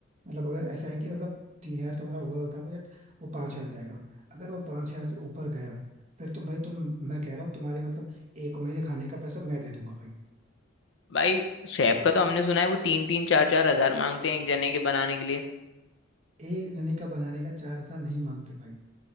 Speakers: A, on the right; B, on the left.
A: मतलब अगर ऐसा है कि मतलब तीन हजार तुम्हारा ओवरऑल था बजट वो पांच हजार जाएगा अगर वो पांच हजार से ऊपर गया फिर तुम भाई तुम मैं कह रहा हूँ तुम्हारे मतलब एक महीने खाने का पैसा मैं दे दूंगा भाई
B: भाई शेफ का तो हमने सुना है वो तीन तीन चार चार हजार मांगते हैं एक जने के बनाने के लिए
A: एक जने का बनाने का चार हजार नहीं मांगते भाई